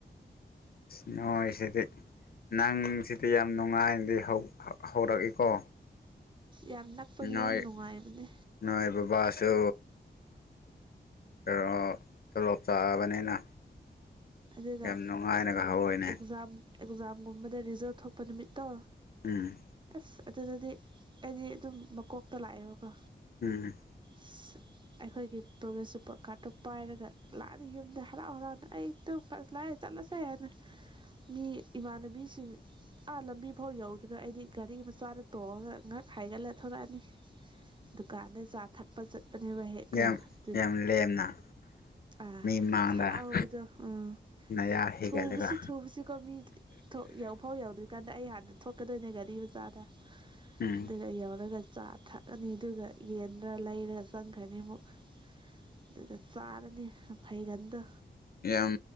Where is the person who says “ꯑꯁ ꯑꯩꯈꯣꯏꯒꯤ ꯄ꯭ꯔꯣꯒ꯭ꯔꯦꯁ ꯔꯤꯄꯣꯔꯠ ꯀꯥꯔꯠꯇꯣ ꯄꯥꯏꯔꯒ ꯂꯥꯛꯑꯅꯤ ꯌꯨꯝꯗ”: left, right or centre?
Right